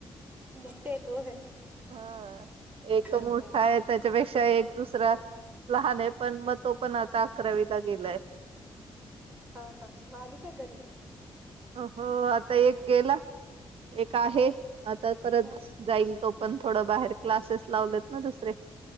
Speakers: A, on the right; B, on the right.
A: मोठे होत होय.
B: हां एक
A: हां
B: मोठा आहे तरी पेक्षा एक दुसरा लहान आहे, पण मग तो पण आता अकरावीला गेलाय.
A: हां हां म आली काय य घरी?
B: हो आता एक गेला, एक आहे आता परत
A: हां
B: जाईल तो. पण थोडं बाहेर क्लासेस लावलेत ना दुसरें.